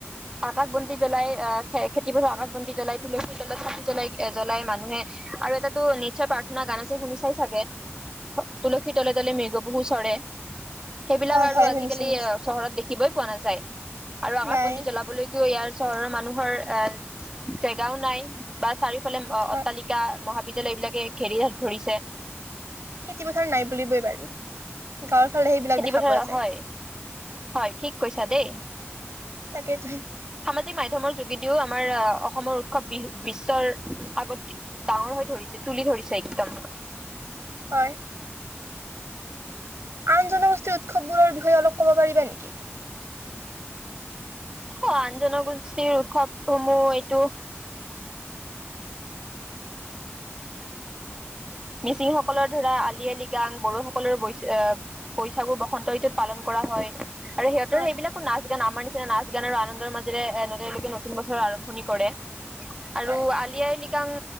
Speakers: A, on the right; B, on the right.
A: আকাশ বন্তি জ্বলাই আহ খে খেতিপথাৰ আকাশ বন্তি জ্বলাই, তুলসীৰ তলত চাকি জ্বলাই জ্বলাই মানুহে আৰু এটাটো নিশ্চয় প্ৰাৰ্থনা গান আছে শুনি চাই চাগে তুলসীৰ তলে তলে মৃগপহু চৰে। সেইবিলাক
B: হয়
A: আৰু
B: হয়
A: আজিকালি
B: শুনিছো শুনিছো
A: চহৰত দেখিবই পোৱা নাযায়। আৰু আকাশ
B: নাই
A: বন্তি জ্বলাব লৈকো চহৰৰ মানুহৰ জেগাও নাই বা চাৰিও ফালে অট্টালিকা
B: হয়
A: মহাবিদ্যালয়বিলাকে ঘেৰি হে ধৰিছে।
B: খেতি পথাৰ নাই বুলিবই পাৰি গাঁৱৰ সেইবিলাক
A: খেতি
B: দেখা
A: পথাৰ
B: পোৱা যায়।
A: হয় হয় ঠিক কৈছা দেই
B: তাকেইতো
A: সামাজিক মাধ্যমৰ যোগেদি যদিও আমাৰ অসমৰ উৎসৱ বি বিশ্বৰ আগত ডাঙৰ হৈ ধৰিছে তুলি ধৰিছে একদম
B: হয় আন জনগোষ্ঠীৰ উৎসৱবোৰৰ বিষয়ে অলপ ক'ব পাৰিবা নেকি?
A: অ আন জনগোষ্ঠীৰ উৎসৱসমূহ এইটো মিচিং সকলৰ ধৰা আলি আই লৃগাং, বড়ো সকলৰ ব আহ বৈছাগু বসন্ত ঋতুত পালন কৰা হয়। আৰু সিহঁতৰ
B: হয়
A: সেইবিলাকো নাচ আমাৰ নিচিনা নাচ গান আৰু আনন্দৰ মাজেৰে নদীৰলৈকে নতুন বছৰ আৰম্ভণি কৰে। আৰু
B: হয়
A: আলি আই লিগাং